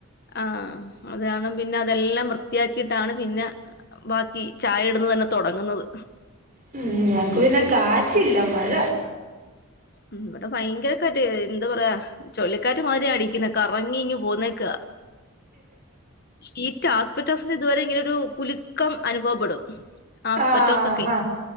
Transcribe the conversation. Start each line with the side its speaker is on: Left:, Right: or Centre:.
Left: ആഹ അതാണ് പിന്നെ അതെല്ലാം വൃത്തിയാക്കിയിട്ടാണ് പിന്നെ ബാക്കി ചായ ഇടന്ന് തന്നെ തുടങ്ങുന്നത്
Right: ഉം ഞങ്ങക്ക് പിന്നെ കാറ്റില്ല മഴ
Left: ഉ ഇവിടെ ഭയങ്കരക്കാറ്റ് എന്താ പറയാ ചൊഴലിക്കാറ്റ് മാതിരി അടിക്കുന്ന കറങ്ങി ഇങ്ങങ് പോന്നെക്കാ ഷീറ്റ് ഹാസ്പറ്റോസിന്റെ ഇതുവരെ ഇങ്ങനെ ഒരു കുലുക്കം അനുഭവപ്പെടും. ആസ്പറ്റോസൊക്കെ
Right: ആഹ് ഹാ